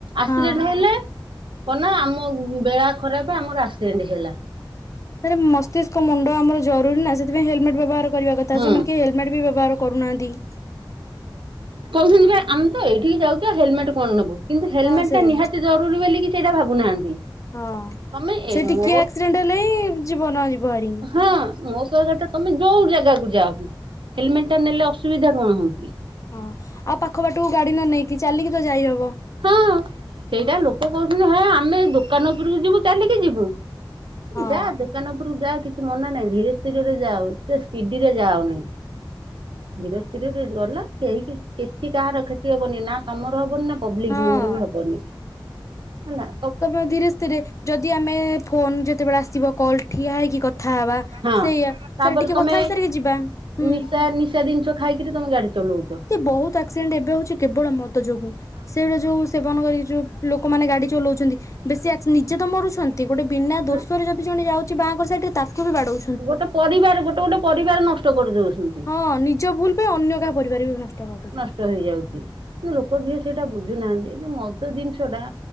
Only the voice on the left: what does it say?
ହଁ।
ଆରେ ମସ୍ତିଷ୍କ ମୁଣ୍ଡ ଆମର ଜରୁରୀ ନା ସେଥିପାଇଁ ହେଲମେଟ ବ୍ୟବହାର କରିବା କ ଥା
ତ ସେମାନେ କେହି ହେଲମେଟ୍ ବି ବ୍ୟବହାର କରୁନାହାନ୍ତି।
ହଁ ସେଇ
ହଁ
ସେ
ଟିକିଏ ଆକ୍ସିଡେଣ୍ଟ ହେଲେ ହିଁ ଯିବନ ଯିବହାରି।
ହଁ ଆଉ ପାଖ ବାଟକୁ ଗାଡି ନ ନେଇକି ଚାଲିକି ତ ଯାଇହବ।
ହଁ।
ହ <inaudible>
ହଁ
ତମେ ଧୀରେ ସ୍ଥିରେ ଯଦି ଆମେ ଫୋନ ଯେତେବେଳେ ଆସିବ କଲ ଠିଆ ହେଇକି କଥା ହବା
ସେଇଆ
ସେଇଟା ଟିକେ
କଥା ହେଇସାରିକି ଯିବା। ହୁଁ
ବହୁତ ଆକ୍ସିଡେଣ୍ଟ ଏବେ ହଉଛି କେବଳ ମଦ ଯୋଗୁ ସେଇଟା ଯୋଉ। ସେବନ କରି ଯୋଉ ଲୋକମାନେ ଗାଡି ଚଲଉଛନ୍ତି ବେଶୀ ଆସିଡେଣ୍ଟ ନିଜେ ତ ମରୁଛନ୍ତି। ଗୋଟେ ବିନା
ଦୋଷରେ ଜଦି ଜଣେ ଯାଉଛି ବାଁ‌ କର ସାଇଡ୍ ରେ ତାକୁ ବି ବାଡଉ
ହଁ ନିଜ ଭୁଲ। କୁ ଅନ୍ୟ କାହା ପରିବାର ବି ନଷ୍ଟ। କରିଦଉଛନ୍ତି